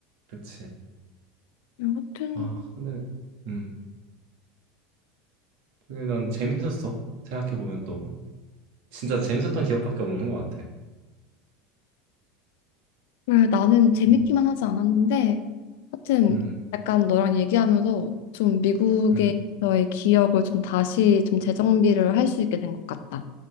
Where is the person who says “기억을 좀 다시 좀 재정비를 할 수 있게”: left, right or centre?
Left